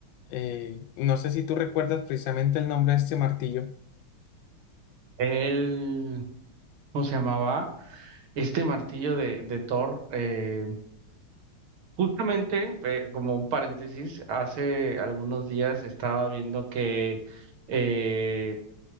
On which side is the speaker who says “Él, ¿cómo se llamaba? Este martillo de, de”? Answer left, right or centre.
Right